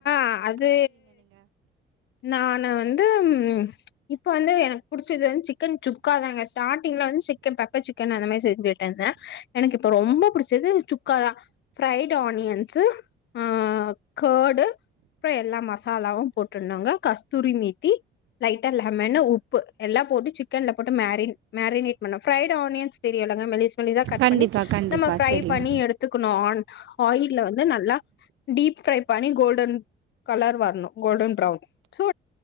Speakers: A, on the left; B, on the right.
A: அ அது நானு வந்து ம் இப்ப வந்து எனக்கு புடுச்சது வந்து சிக்கன் சுக்கா தாங்க ஸ்டாட்டிங்ல வந்து சிக்கன் பெப்பர் சிக்கன் அந்த மாரி செஞ்சுட்டேங்க எனக்கு இப்ப ரொம்ப புடுச்சது சுக்காதா ஃப்ரைடு ஆனியன்ஸு அ கர்டு அப்றொ எல்லா மசாலாவு போட்டுட்னுங்க கஸ்தூரி மேத்தி லைட்டா லெமனு உப்பு எல்லா போட்டு சிக்கன்ல போட்டு மேரி மேரினேட் பண்ணு ஃப்ரைடு ஆனியன்ஸ் தெரியலங்க மெலிஸ் மெலிசா கட்
B: கண்டிப்பாக
A: பண்ணி
B: கண்டிப்பாக
A: நம்ம ஃப்ரை
B: தெரியும்
A: பண்ணி எடுத் துக்கணு ஆன் ஆயில்ல வந்து நல்லா டீப் ஃப்ரை பண்ணி கோல்டன் கலர் வர்ணு கோல்டன் ப்ரவ்ன் சோ